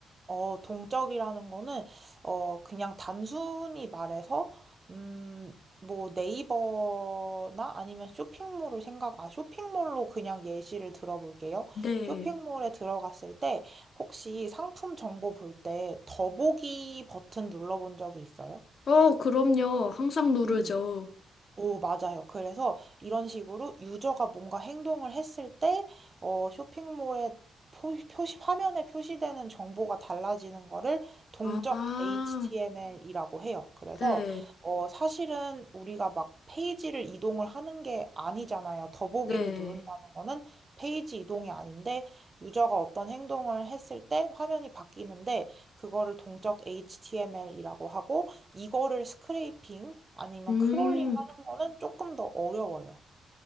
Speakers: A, on the right; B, on the left.
A: 어, 동적이라는 거는, 어, 그냥 단순히 말해서, 음, 뭐 네이버나 아니면 쇼핑몰을 생각, 아, 쇼핑몰로 그냥 예시를 들어볼게요.
B: 네.
A: 쇼핑몰에 들어갔을 때, 혹시 상품 정보 볼 때 더보기 버튼 눌러본 적이 있어요?
B: 어, 그럼요. 항상 누르죠.
A: 음. 오, 맞아요. 그래서 이런 식으로 유저가 뭔가 행동을 했을 때, 어, 쇼핑몰에 포, 표시, 화면에 표시되는 정보가 달라지는 거를 동적
B: 아,
A: HTML이라고 해요. 그래서,
B: 네,
A: 어, 사실은 우리가 막 페이지를 이동을 하는 게 아니잖아요. 더보기를
B: 네.
A: 누른다는 거는 페이지 이동이 아닌데, 유저가 어떤 행동을 했을 때 화면이 바뀌는데, 그거를 동적 HTML이라고 하고, 이거를 스크레이핑 아니면
B: 음,
A: 크롤링 는 거는 조금 더 어려워요.